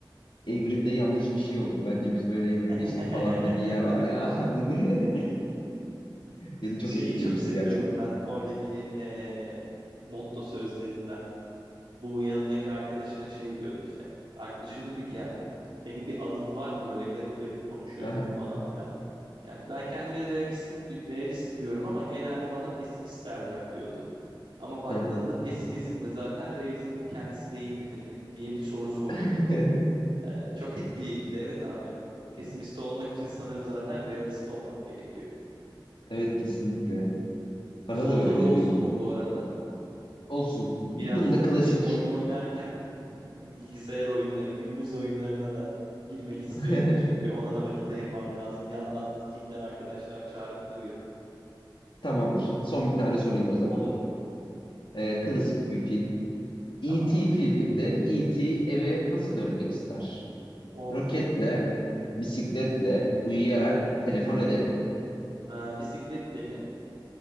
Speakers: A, on the left (about 85°); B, on the right (about 85°).
A: evrimde yanlış bir şey oldu. Bence biz böyle evrimleştik
B: <laughs>
A: falan dediği yer var ya. <laughs> dedi. Beni çok
B: Şeyi
A: etkilemişti
B: çok seviyordum
A: gerçekten.
B: ben oradaki eee motto sözlerinden. Bu yanındaki arkadaşına şey diyordu işte. Arkadaşı diyordu ki ya hani senin bir adın var mı böyle garip garip konuşuyorsun
A: Aha,
B: falan filan. Yani ben kendime realistik di- realist diyorum ama genelde bana pesimist derler diyordu. Ama baktığında
A: aha.
B: pesimizm de zaten realizmin kendisi değil midir mi diye bir soru soruyordu.
A: <laughs>
B: Ee, çok etkileyiciydi. Evet abi hani pesimist olmak için sanırım zaten realist olmak gerekiyor.
A: Evet kesinlikle. Bana
B: Son
A: da öyle
B: soru olsun
A: geliyor.
B: mu bu arada?
A: Olsun. Bunda
B: Biraz
A: klasik.
B: e, oyun oynarken <laughs> Bilgisayar oyunları, günümüz oyunlarına da girmek istiyorum
A: <laughs>
B: çünkü ona da vakit ayırmam lazım. Yandan Steam'den arkadaşlar çağırıp duruyor.
A: Tamamdır. Son bir tane sorayım o zaman.
B: Olur.
A: Ee, klasik bir film. E.T.
B: Tamam.
A: filminde E.T. eve nasıl dönmek ister?
B: Of.
A: Roketle, bisikletle, uyuyarak, telefon ederek.
B: Ee, bisikletle mi?